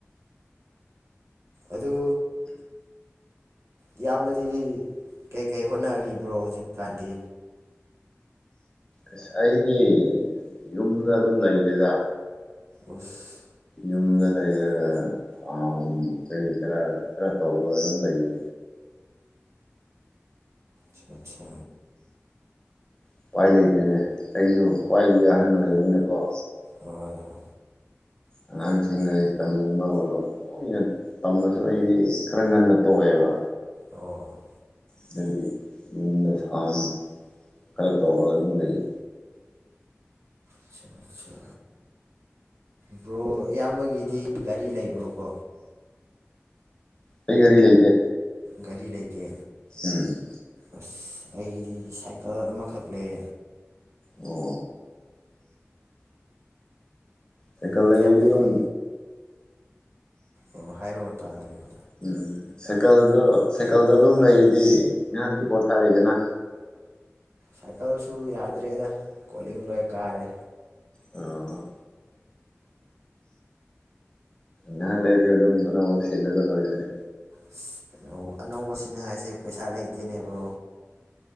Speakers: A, on the right (about 80°); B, on the left (about 20°).
A: ꯑꯗꯨ ꯏꯌꯥꯝꯕꯗꯤ ꯀꯩꯀꯩ ꯍꯣꯠꯅꯔꯤꯕ꯭ꯔꯣ ꯍꯧꯖꯤꯛꯀꯥꯟꯗꯤ
B: ꯑꯁ ꯑꯩꯗꯤ ꯌꯨꯝꯗ ꯑꯗꯨꯝ ꯂꯩꯔꯦꯗ
A: ꯑꯣꯁ
B: ꯌꯨꯝꯗ ꯂꯩꯔꯒ ꯐꯥꯝ ꯀꯔꯤ ꯀꯔ ꯈꯔ ꯇꯧꯔꯒ ꯑꯗꯨꯝ ꯂꯩꯌꯦ
A: ꯆꯥ ꯑꯆꯥ
B: ꯎꯄꯥꯏ ꯂꯩꯇ꯭ꯔꯦꯅꯦ ꯑꯩꯁꯨ ꯈ꯭ꯋꯥꯏꯗꯒꯤ ꯑꯍꯟ ꯑꯣꯏꯔꯝꯅꯤꯅꯀꯣ
A: ꯍꯣꯏ ꯍꯣꯏ
B: ꯑꯉꯥꯡꯁꯤꯡ ꯂꯥꯔꯤꯛ ꯇꯝꯅꯤꯡꯕꯣꯂꯣ <unintelligible> ꯇꯝꯃꯁꯨ ꯑꯩꯗꯤ ꯈꯔ ꯉꯟꯅ ꯇꯣꯛꯑꯦꯕ
A: ꯑꯣ
B: ꯑꯗꯨꯗꯤ ꯌꯨꯝꯗ ꯐꯥꯝ ꯈꯔ ꯇꯧꯔꯒ ꯑꯗꯨꯝ ꯂꯩꯌꯦ
A: ꯑꯆꯥ ꯑꯆꯥ ꯕ꯭ꯔꯣ ꯏꯌꯥꯝꯕꯒꯤꯗꯤ ꯒꯥꯔꯤ ꯂꯩꯕ꯭ꯔꯣꯀꯣ
B: ꯑꯩ ꯒꯔꯤ ꯂꯩꯇꯦ
A: ꯒꯥꯔꯤ ꯂꯩꯇꯦ
B: ꯎꯝ
A: ꯑꯁ ꯑꯩꯗꯤ ꯁꯥꯏꯀꯜ ꯑꯃꯈꯛ ꯂꯩ
B: ꯑꯣ ꯁꯥꯏꯀꯜ
A: ꯑꯗꯨ
B: ꯂꯩꯗꯤ
A: ꯏꯌꯥꯝꯕꯗꯤ
B: ꯑꯗꯨꯝ
A: ꯑꯣ ꯍꯥꯏꯔꯛꯑꯣ ꯇꯥꯔꯒꯗꯤ
B: ꯎꯝ ꯁꯥꯏꯀꯜꯗꯣ ꯁꯥꯏꯀꯜꯗꯣ ꯑꯗꯨꯝ ꯂꯩꯔꯗꯤ ꯉꯥꯏꯍꯥꯛꯀꯤ ꯄꯣꯊꯥꯔꯦꯗꯅ
A: ꯁꯥꯏꯀꯜꯁꯨ ꯌꯥꯗ꯭ꯔꯦꯗ ꯀꯣꯂꯤꯡ ꯂꯣꯏ ꯀꯥꯔꯦ
B: ꯑ ꯅꯍꯥꯛ ꯂꯩꯔꯒ ꯑꯗꯨꯝ ꯑꯅꯧꯕ ꯁꯤꯜꯂꯒ ꯂꯣꯏꯔꯣꯏꯅꯤ
A: ꯑꯁ ꯀꯩꯅ ꯑꯅꯧꯕ ꯁꯤꯅꯤꯡꯉꯥꯏꯁꯦ ꯄꯩꯁꯥ ꯂꯩꯇꯦꯅꯦꯕꯣ